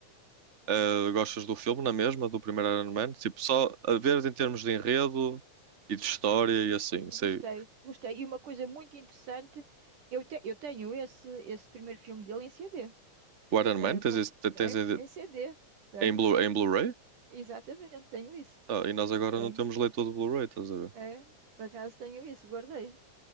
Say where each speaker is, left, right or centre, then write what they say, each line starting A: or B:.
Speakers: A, on the right; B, on the right.
A: Uh, gostas do filme na mesma, do primeiro Iron Man? Tipo, só a ver em termos de enredo e de história e assim.
B: Gostei,
A: Sei.
B: gostei. E uma coisa muito interessante, eu, te- eu tenho esse, esse primeiro filme dele em CD.
A: O Iron
B: Eh,
A: Man
B: com-
A: tens, esse- te-
B: tem?
A: tens em,
B: Em c d Tenho.
A: em Blu, em Blu-ray?
B: Exatamente, tenho isso.
A: Ah, e nós agora
B: Tenho.
A: não temos leitor de Blu-ray, estás a ver?
B: É, por acaso tenho isso, guardei.